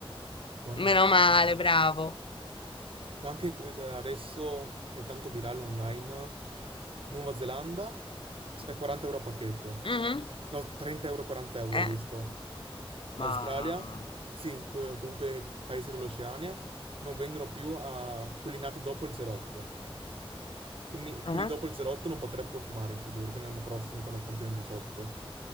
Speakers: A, on the right; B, on the left.
A: 40...
B: meno male, bravo.
A: Ma anche eh, da adesso è tanto virale online. Nuova Zelanda
B: Sì.
A: è 40 euro a pacchetto.
B: Mhm,
A: No, 30 euro, 40 euro
B: Eh,
A: ho visto.
B: Ma
A: Australia, sì, co- comunque paesi dell'Oceania, non vendono più a quelli nati dopo il 08. Quindi
B: ah,
A: quelli dopo il 08 non potrebbero fumare in futuro, quindi l'anno prossimo quando compiono 18.